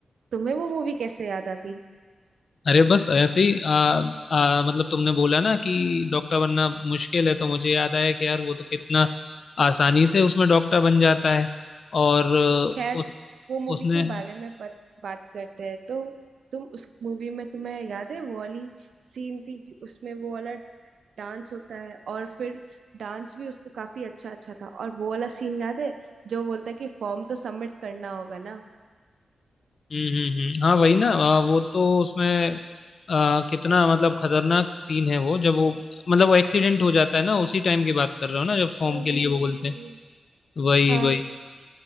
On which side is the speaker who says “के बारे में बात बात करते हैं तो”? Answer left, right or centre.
Right